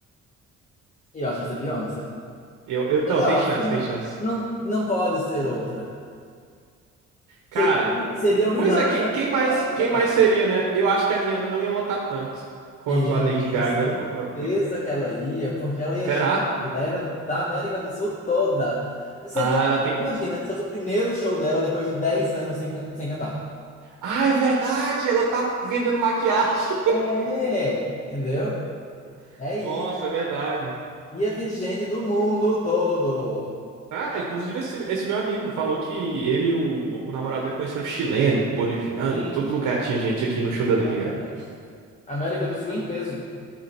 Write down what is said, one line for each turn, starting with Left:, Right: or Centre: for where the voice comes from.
Left: E eu acho que vai ser Beyoncé.
Right: Eu, eu, não,
Left: E,
Right: tem
Left: ó,
Right: chance,
Left: se não,
Right: tem chance.
Left: não, não pode ser outra. Seria,
Right: Cara,
Left: seria Rihanna
Right: pois é, que- quem, mais,
Left: se ela ainda
Right: quem
Left: cantasse.
Right: mais seria, né? Eu acho que a Rihanna não ia lotar tanto quanto
Left: Eu
Right: a Lady
Left: tenho
Right: Gaga.
Left: certeza
Right: ou a Bia.
Left: que ela ia, porque ela
Right: Será?
Left: ia chamar a galera da América do Sul toda. Seria,
Right: Ah, ela tem. mu-
Left: imagina, se fosse o primeiro show dela depois de dez anos sem, can- sem cantar.
Right: Ah, é verdade! Ela tá vendendo maquiagem.
Left: É, entendeu?
Right: <laughs>
Left: É isso.
Right: Nossa, é verdade.
Left: Ia vir gente do mundo todo.
Right: Ah, inclusive esse, esse meu amigo falou que ele e o, o namorado dele conheceram chileno, boliviano,
Left: Sim,
Right: de todo lugar tinha gente aqui no show da
Left: exatamente.
Right: Lady Gaga.
Left: América do Sul em peso.